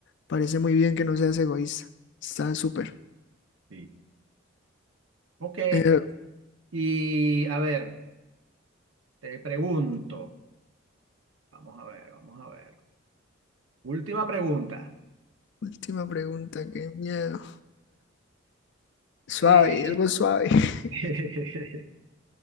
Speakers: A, on the left; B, on the right.
A: Parece muy bien que no seas egoísta. Está súper.
B: Sí. Ok,
A: Eh,
B: y a ver, te pregunto, vamos a ver, vamos a ver. Última pregunta.
A: última pregunta, qué miedo. Suave,
B: Eh,
A: algo suave. <laughs>
B: <laughs>